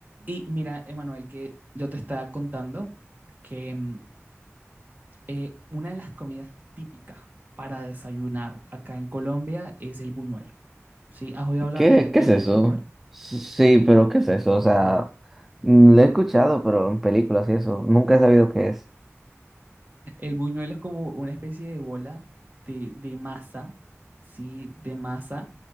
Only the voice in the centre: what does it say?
¿Qué,
qué es eso?
Sí, pero ¿qué es eso? O sea, mm, lo he escuchado, pero en películas y eso. Nunca he sabido qué es.